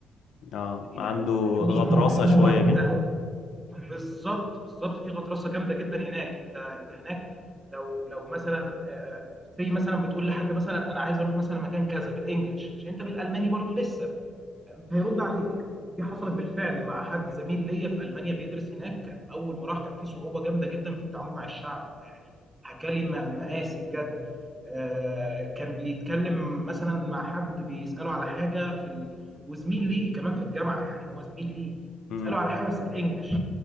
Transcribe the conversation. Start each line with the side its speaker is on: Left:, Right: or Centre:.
Left: اه
Right: يعني
Left: عنده
Right: أنت فاهمني؟
Left: غطرسه
Right: اللي
Left: شويه
Right: هو أنت
Left: كده
Right: بالضبط، بالضبط في غطرسة جامدة جدًا هناك، أنت أنت هناك لو لو مثلًا آآ say مثلًا بتقول لحد مثلًا أنا عايز أروح مثلًا مكان كذا بالEnglish عشان أنت بالألماني برضه لسه هيرُد عليك، ودي حصلت بالفعل مع حد زميل ليّا في ألمانيا بيدرس هناك، كان أول ما راح كان في صعوبة جامدة جدًا في التعامل مع الشعب، يعني حكى لي م مآسي بجد. آه، كان بيتكلم مثلا مع حد بيسأله على حاجة في ال... وزميل ليه كمان في الجامعة يعني هو زميل ليه بيسأله
Left: أمم،
Right: على حاجة بس بالإنجلش